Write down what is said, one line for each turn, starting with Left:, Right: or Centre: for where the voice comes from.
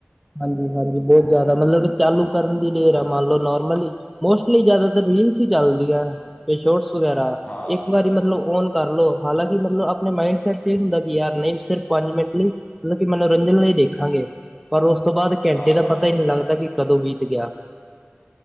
Centre: ਹਾਂਜੀ-ਹਾਂਜੀ ਬੋਤ ਜਾਦਾ ਮਤਲਬ ਚਾਲੂ ਕਰਨ ਦੀ ਦੇੇਰ ਹੈ ਮੰਨ ਲਓ ਨੋਰਮਲੀ ਮੋਸਟਲੀ ਜ਼ਿਆਦਾਤਰ ਰੀਲਸ ਈ ਚੱਲਦੀ ਹੈ ਤੇ ਸ਼ੋਰਟਸ ਵਗੈਰਾ
Left: ਹਾਂ,
Centre: ਇੱਕ ਵਾਰੀ ਮਤਲਬ ਓਨ ਕਰ ਲਓ ਹਾਲਾਂਕਿ ਮਤਲਬ ਅਪਣੇ ਮਾਈੰਡਸੈਟ ਚ ਏ ਹੁੰਦਾ ਕਿ ਯਾਰ ਨਹੀਂ ਸਿਰਫ ਪੰਜ ਮਿੰਟ ਲਈ ਮਤਲਬ ਕਿ ਮਨੋਰੰਜਨ ਲਈ ਦੇਖਾਂਗੇ। ਪਰ ਓਸ ਤੋਂ ਬਾਅਦ ਘੰਟੇ
Left: ਹਾਂ,
Centre: ਦਾ
Left: ਹਾਂ,
Centre: ਪਤਾ ਹੀ ਨਹੀਂ ਲੱਗਦਾ ਕਿ ਕਦੋਂ ਬੀਤ ਗਿਆ।